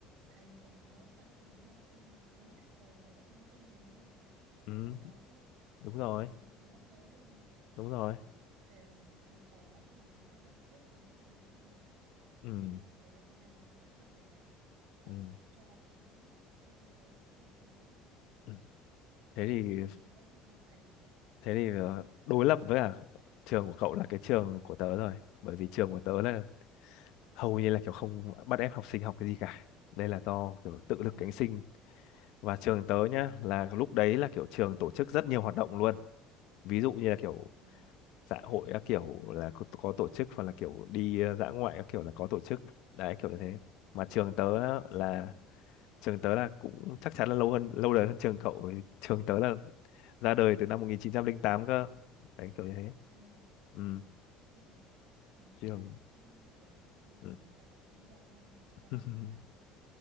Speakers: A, on the right (about 65°); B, on the left (about 60°).
A: Thầy còn nhớ mặt từng đứa học sinh một mấy năm trời thầy vẫn nhớ tên từng đứa một mà
B: ừ
A: vẫn nhớ luôn đấy.
B: đúng
A: Vẫn
B: rồi
A: có kỷ niệm thầy vẫn nhớ luôn mà
B: đúng rồi
A: kiểu thầy, thầy khó nhưng mà thầy vẫn tâm huyết đến từng học sinh một
B: ừ
A: nói chung là thầy bất cái này nhưng mà được rất nhiều cái và
B: ừ
A: cũng cho chúng cho bọn tớ cũng được thứ
B: ừ. thế thì
A: kỷ niệm vẫn học hành
B: thế thì ờ, đối lập với cả trường của cậu là cái trường của tớ rồi bởi vì trường của tớ là hầu như là kiểu không bắt ép học sinh học cái gì cả đây là do kiểu tự
A: thoải
B: lực
A: mái
B: cánh sinh và trường tớ nhá là lúc đấy là kiểu trường tổ chức rất nhiều hoạt động luôn ví dụ như là kiểu
A: vâng
B: xã hội các kiểu là có, có tổ chức hoặc là kiểu đi ờ, dã ngoại các kiểu là có tổ chức đấy kiểu như thế mà trường tớ á,
A: sướng
B: là
A: rồi
B: trường tớ là cũng chắc chắn là lâu hơn lâu đời hơn trường cậu vì trường tớ là ra đời từ năm một nghìn chín trăm linh tám cơ đấy kiểu như thế
A: vâng
B: ừ
A: vâng Thế thì người
B: trường
A: ta sẽ vẫn kiểu tư tưởng
B: ừ
A: người ta cũng tiến bộ hơn chắc chắn
B: <laughs>
A: là người ta cũng